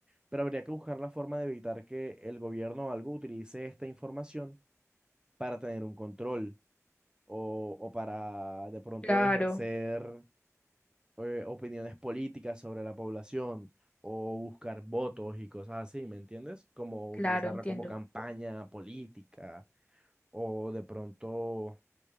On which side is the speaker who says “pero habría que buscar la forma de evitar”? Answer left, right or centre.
Right